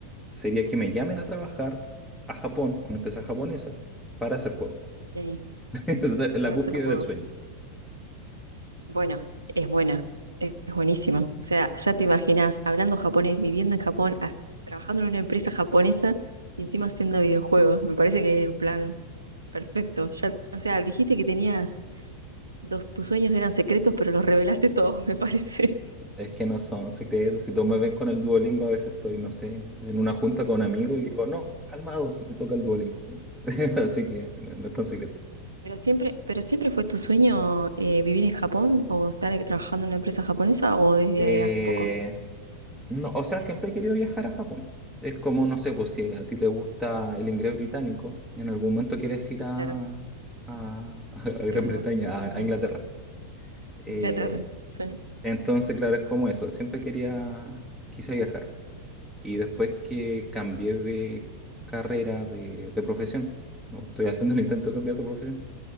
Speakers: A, in the centre; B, on the right (about 80°).
A: Sería que me llamen a trabajar a Japón, una empresa japonesa, para hacer juego.
B: Sí,
A: <laughs> Esa es la
B: para
A: cúspide
B: hacer juegos.
A: del sueño.
B: Bueno, es buena, es, es buenísima. O sea, ya te imaginas hablando japonés, viviendo en Japón, as- trabajando en una empresa japonesa y encima haciendo videojuegos. Me parece que es el plan perfecto. Ya, o sea, dijiste que tenías dos, tus sueños eran secretos, pero los revelaste todos, <laughs> me parece.
A: Es que no son secretos. Si todos me ven con el Duolingo, a veces estoy, no sé, en una junta con amigos y digo, no, calmados, me toca el Duolingo. <laughs> Así que no, no es tan secreto.
B: Pero siempre, pero siempre fue tu sueño eh, vivir en Japón o estar eh, trabajando en una empresa japonesa o desde
A: Eh,
B: hace poco.
A: no, o sea, siempre he querido viajar a Japón. Es como, no sé, pues si a ti te gusta el inglés británico, y en algún momento quieres ir a,
B: Claro,
A: a, <laughs> a Gran
B: es verdad.
A: Bretaña,
B: Ujú.
A: a, a Inglaterra. Eh,
B: Inglaterra. Sí.
A: entonces, claro, es como eso. Siempre quería, quise viajar. y después que cambié de carrera, de, de profesión, ¿no? estoy haciendo el intento de cambiar de profesión,